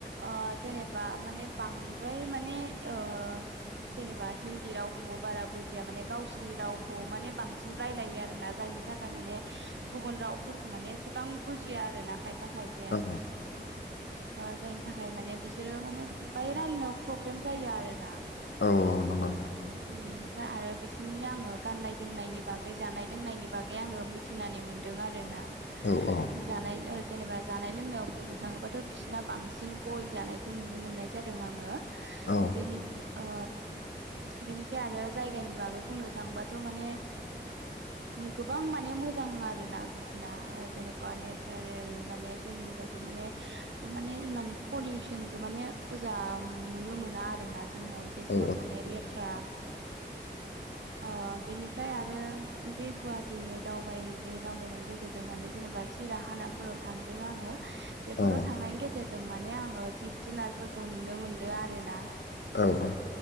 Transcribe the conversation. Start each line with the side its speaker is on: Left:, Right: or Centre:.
Right: ओ जेनेबा माने बांद्राय माने ओ जेनेबा हिन्दी रावखौबो बारा बुजिया माने गावसोरनि रावखौ माने बांसिन रायलायो आरोना जायनि था गाय माने गुबुन रावफोरखौ माने एसेबां बुजिया आरो ना खायफा खायफाया
Left: औ औ
Right: ओ जायनि थाखाय माने बिसोरो माने बाय रायलायनायाव प्रब्लेम जायो आरो ना।
Left: औ औ नंगौ नोंथां।
Right: बेनिफ्राय आरो बिसोरनि आङो गाननाय जोमनायनि बागै जानाय लोंनायनि बागै आङो मि थिनानै मोन्दों आरो ना।
Left: औ औ
Right: जानाय ओ जेनेबा जानाय लोंनायाव बुंनो थाङोबाथ' बिसिना बांसिन बयल जानायखौ नुनो मोननाय जादों आङो
Left: औ
Right: बेनि ओ‌ बेनिफाय आरो जायगानि बागै बुंनो थांबाथ' माने गोबां माने मोजां आरोना बिस ना ओ जेनेबा नेचारेल माने जोंनि बायदि माने माने इमान पलिउसनखौ माने ओजा नुनो मोना आरोना। जोंनाव जेसेबां
Left: औ
Right: माने लेथ्रा ओ‌ बेनि फ्राय आरो बे गुवाहाटियावनो दावबायदो दावबायनायनि गेजेरजों माने जेनेबा सिराखानाफोराव थांदों आङो बेफोराव
Left: औ
Right: थांनायनि गेजेरजों माने आङो जिब जुनारफोरखौ नुनो मोनदों आरो ना
Left: औ औ